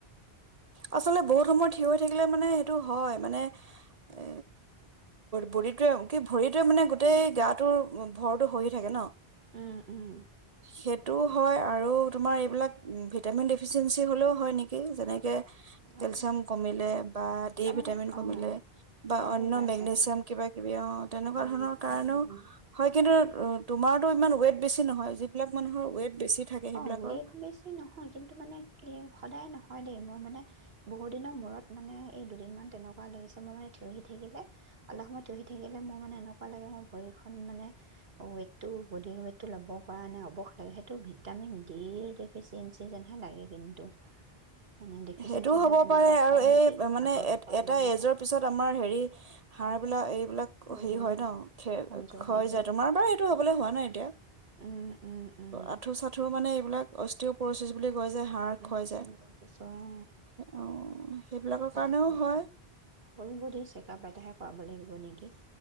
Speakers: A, on the right; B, on the right.
A: আচলতে, বহুত সময় থিয় হৈ থাকিলে, মানে, সেইটো হয়। মানে, এ, বডিটোৱে, অ', কি, ভৰিটোৱে, মানে, গোটেই গাটোৰ ভৰটো সহি থাকে ন?
B: উম উম
A: সেইটোও হয়। আৰু তোমাৰ, এইবিলাক ভিটামিন ডেফিচিয়েঞ্চি হ'লেও হয় নেকি? যেনে কে কেলচিয়াম
B: অ
A: কমিলে বা ডি
B: তাৰমানে
A: ভিটামিন
B: অ
A: কমিলে, বা
B: হ'ব
A: অন্য
B: পাৰে
A: মেগনেছিয়াম,
B: চাগে
A: কিবা-কিবি, অ', তেনেকুৱা
B: উম
A: ধৰণৰ
B: উম
A: কাৰণেও
B: উম
A: হয়। কিন্তু, তোমাৰতো ইমান ৱেইট বেছি নহয়। যিবিলাক মানুহৰ ৱেট বেছি থাকে সেইবিলাকৰ
B: অ', ৱেইট বেছি নহয়, কিন্তু, মানে এই সদায় নহয় দেই। মই, মানে, বহুদিনৰ মূৰত, মানে, এই দুদিনমান তেনেকুৱা লাগিছে। মোৰ মানে, থিয় হৈ থাকিলে, অলপ সময় থিয় হৈ থাকিলে, মোৰ, মানে, এনেকুৱা লাগে, মোৰ ভৰিখন, মানে, ৱেইটটো, বডিৰ ৱেইটটো ল'ব পৰা নাই। অৱস লাগে, সেইটো কি ভিটামিন ডিৰ ডেফিচিয়েঞ্চি যেনহে লাগে, কিন্তু মানে ডেফিচিয়েঞ্চি
A: সেইটোও
B: হ'লে
A: হ'ব
B: তেনেকুৱা
A: পাৰে। আৰু,
B: হয় নেকি
A: এই, মানে,
B: ভাগৰ ভাগৰ
A: এ, এটা
B: লাগে
A: এজৰ
B: যে
A: পিছত আমাৰ, হেৰি হাঁড়বিলাক, এই এইবিলাক,
B: উম
A: হেৰি, হয় ন, খে,
B: কমজোৰ
A: খয়
B: হৈ
A: যায়। তোমাৰ বাৰু সেইটো হ'বলৈ হোৱা নাই এতিয়া।
B: উম উম উম
A: আঁঠু-চাঁঠু, মানে বিলাক অষ্ট্ৰীয়প্ৰৰেছিচ বুলি হৈ যায় হাড়
B: উম
A: হৈ যায়
B: বুজিছোঁ অ
A: অ', সেইবিলাকৰ
B: তাকে
A: কাৰণেও হয়।
B: হ'ল বডি চেকআপ এটাহে <unintelligible> নেকি